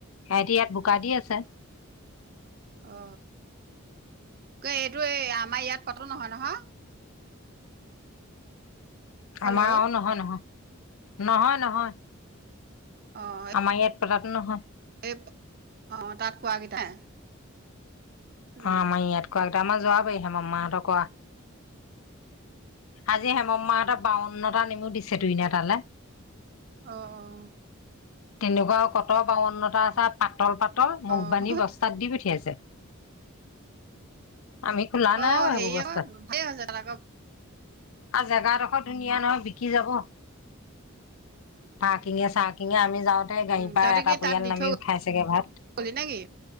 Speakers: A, on the left; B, on the right.
A: সিহঁতি ইয়াত বোকা দি আছে।
B: অ ক এইটো এই আমাৰ ইয়াত কতো নহয়-নহয়। হেল্ল'
A: আমাৰও নহয়-নহয় নহয়-নহয়।
B: অ',
A: আমাৰ ইয়াৰ পতাটো নহয়।
B: এই অ তাত কোৱাকেইটাই। উম,
A: অ আমাৰ ইয়াত কোৱাকেইটা আমাৰ যোৱা পাৰি মাৰ মাহঁতক কোৱা। আজি হেম মামাহঁতৰ বাৱন্নটা নেমু দিছে তো এনে তালৈ
B: আহ অ <unintelligible>
A: তেনেকুৱা আৰু কত বাৱন্নতা আছে পাতল পাত মুখবানী
B: অ',
A: বস্তাত দি পঠিয়াইছে আমি খোলা নাই
B: অ',
A: বাৰু সেইবোৰ
B: হেৰি
A: বস্তা
B: আকৌ ভালেই হৈছে তাত আকৌ
A: আৰু জেগাডোখৰত নিয়া নহয় বিকি যাব পাৰকিঙে চকিঙে আমি যাওঁতে গাড়ীৰ
B: উম,
A: পৰা
B: তহঁতি
A: এটা
B: কি
A: পৰিয়াল
B: তাত দি
A: নামিও
B: থৈ
A: খাই চগে ভাত
B: গ'লি নেকি?